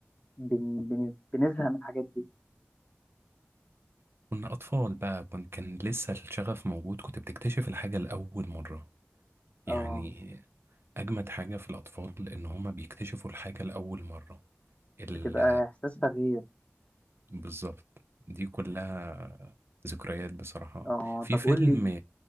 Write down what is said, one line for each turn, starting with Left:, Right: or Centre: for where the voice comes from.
Left: بن... بن... بنزهق من الحاجات دي
Right: كنا أطفال بقى كن كان لسه الشغف موجود كنت بتكتشف الحاجة لأول مرة
Left: اه
Right: يعني أجمد حاجة في الأطفال إن هما بيكتشفوا الحاجة لأول مرة ال...
Left: بتبقى احساسها غير
Right: بالظبط دي كلها ذكريات بصراحة
Left: اه
Right: في
Left: طب
Right: فيلم
Left: قول لي